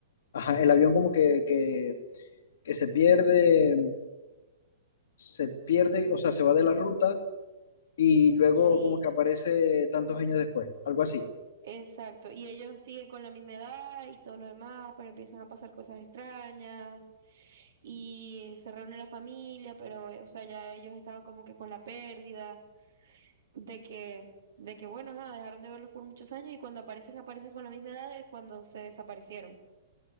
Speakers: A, on the left; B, on the right.
A: Ajá, el avión como que, que, que se pierde se pierde, o sea, se va de la ruta y luego
B: Sí,
A: como que aparece tantos años después, algo así.
B: exacto. Y ellos siguen con la misma edad y todo lo demás, pero empiezan a pasar cosas extrañas y se reúne la familia, pero eh, o sea, ya ellos estaban como que con la pérdida de que de que bueno, ajá, dejaron de verlos por muchos años y cuando aparecen aparecen con la misma edad de cuando se desaparecieron.